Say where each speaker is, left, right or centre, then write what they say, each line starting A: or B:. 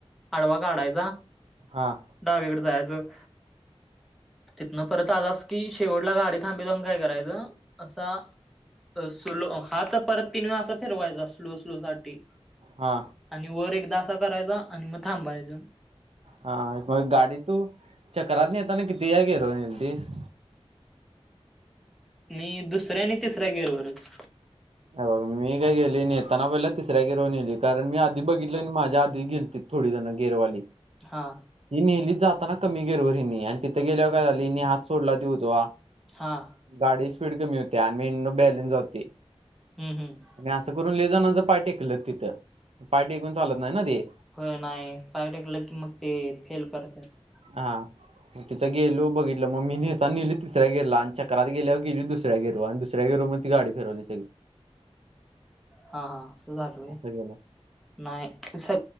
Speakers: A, in the centre; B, on the right.
A: आडवा काढायचा.
B: हां.
A: डावीकड जायाचं तिथनं परत आलास की, शेवटला गाडी <unintelligible> काय करायचं असा. स्लो हा हात‌ परत तीन वेळा असा फिरवायचा, स्लो स्लो साठी.
B: हा.
A: आणि वर एकदा असा करायचा, आणि मग थांबायचं.
B: हां मग गाडी तू, चक्रातन येताना कितीचा घेरव न्हेलतीस.
A: मी दुसऱ्या आणि तिसऱ्या गेरवरच.
B: अ बघ मी काय गेली येताना पहिला तिसऱ्या घेरवर नेली. कारण मी आधी बघितल आणि माझ्या आधी गेलतीत. थोडी जणं गेरवाली.
A: हा.
B: मी न्हेली जाताना कमी गेरवर हेणी, आणि तिथं गेल्यावर काय झालं. हेणी हात सोडला तो उजवा.
A: हां.
B: गाडी स्पीड कमी होती, आणि मग बॅलेन्स जातोय.
A: हम् हम्.
B: आणि असं करून लै जानाचं पाय टेकलं तिथं, पाय टेकून चालत नाही ना ते.
A: हो नाही पाय टेकलं की, मग ते फेल करत्यात.
B: हा. तिथ गेलो बघितलो. मग मी नेता ना नेली तिसऱ्या गेरला आणि, चक्रात गेल्यावर गेली दुसऱ्या गेर आणि दुसऱ्या गेरवर. ती गाडी फेरवली सी.
A: हां हां, अस झाल व्हयं.
B: असं केलं
A: नाही स